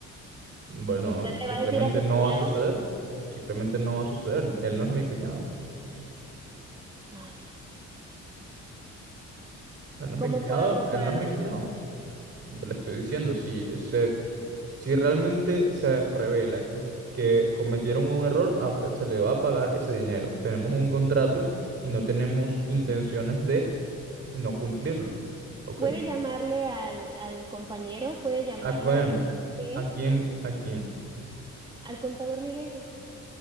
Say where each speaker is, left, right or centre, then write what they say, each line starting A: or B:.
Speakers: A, on the right (about 40°); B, on the right (about 15°).
A: bueno,
B: ¿usted le
A: simplemente
B: va a decir a su
A: no
B: cuñado?
A: va a suceder, simplemente no va a suceder, él no es mi cuñado,
B: Ay.
A: él no es
B: ¿Cómo
A: mi cuñado,
B: puedo hacer
A: él
B: para
A: no es mi
B: resolver?
A: cuñado, le estoy diciendo, si se Si realmente se revela que, us- que cometieron un error, a usted se le va a pagar ese dinero. Tenemos un contrato y no tenemos intenciones de no cumplirlo. ¿Ok?
B: Puede llamarle al, al compañero, puede llamarle
A: ¿A quién?
B: al contador Miguel,
A: ¿A quién? ¿A quién?
B: al contador Miguel,